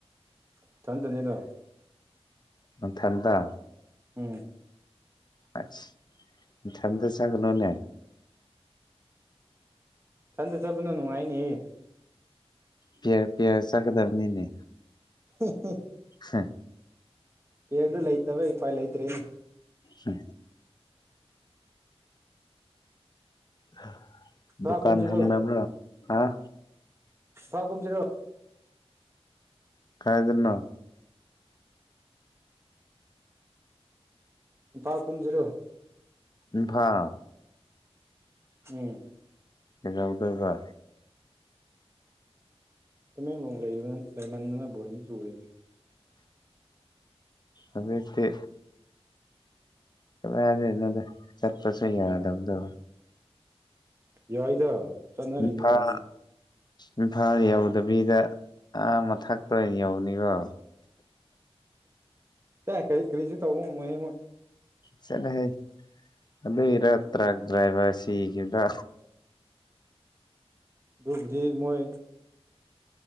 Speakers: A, on the right (about 25°); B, on the left (about 40°).
A: ꯏꯊꯟꯗꯅꯤꯗ
B: ꯅꯊꯟꯗ
A: ꯎꯝ
B: ꯑꯁ ꯏꯊꯟꯗ ꯆꯠꯀꯅꯣꯅꯦ
A: ꯏꯊꯟꯇ ꯆꯠꯄꯥꯅ ꯅꯨꯡꯉꯥꯏꯅꯤꯍꯦ
B: ꯄꯤꯌ꯭ꯔ ꯄꯤꯌ꯭ꯔ ꯆꯠꯀꯗꯥꯃꯤꯅꯤꯅꯦ
A: ꯍꯤ ꯍꯤ
B: ꯍꯥ
A: ꯄꯤꯌꯥꯔꯗꯨ ꯂꯩꯇꯕꯩ ꯎꯄꯥꯏ ꯂꯩꯇ꯭ꯔꯦꯅꯦ
B: ꯎ ꯑ
A: ꯏꯝꯐꯥꯜ
B: ꯗꯨꯀꯥꯟ
A: ꯀꯨꯝꯁꯤꯔꯣ
B: ꯍꯥꯡꯅꯕ꯭ꯔꯣ ꯑꯥ
A: ꯐꯥ ꯀꯨꯝꯁꯤꯔꯣ
B: ꯀꯥꯏꯗꯅꯣ
A: ꯏꯝꯐꯥꯜ ꯀꯨꯨꯝꯖꯦ ꯔꯣ
B: ꯏꯝꯐꯥꯜ
A: ꯎꯝ
B: ꯀꯩ ꯗꯧ ꯗꯣꯏꯕ
A: ꯇꯃꯦꯡꯂꯣꯡ ꯂꯩꯕ ꯂꯩꯃꯟꯅ ꯕꯣꯔꯗꯤꯡ ꯆꯨꯔꯦꯅꯦ
B: ꯑꯗꯨꯏ ꯇꯤ ꯀꯗꯥꯏ ꯗꯩꯅꯣ ꯗ ꯆꯠꯄ ꯁꯨ ꯌꯥꯗꯕ ꯗꯣ
A: ꯌꯥꯏꯗ ꯆꯠꯅꯔꯤꯅꯦ
B: ꯏꯝꯐꯥꯜ
A: ꯑꯗꯨꯝ
B: ꯏꯝꯐꯥꯜ ꯌꯥꯎ ꯗ ꯕꯤꯗ ꯑꯥ ꯃꯊꯥꯛꯇ ꯑꯣꯏꯅ ꯌꯧꯅꯤꯀꯣ
A: ꯆ ꯀꯔꯤ ꯀꯔꯤꯁꯨ ꯇꯧꯕ ꯉꯝꯃꯣꯏ ꯍꯦ ꯃꯣꯏ
B: ꯆꯠꯂꯥ ꯍꯦ ꯑꯗꯨꯏꯔꯥ ꯇ꯭ꯔꯛ ꯗ꯭ꯔꯥꯏꯕꯔ ꯑꯃꯥ ꯁꯤꯒꯤꯗ
A: ꯗꯨꯕꯨꯗꯤ ꯃꯣꯏ